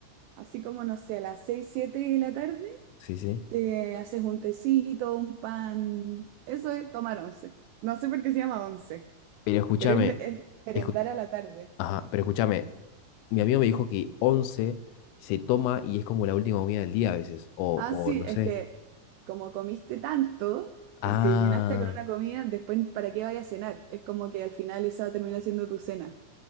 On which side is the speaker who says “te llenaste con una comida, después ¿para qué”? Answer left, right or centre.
Right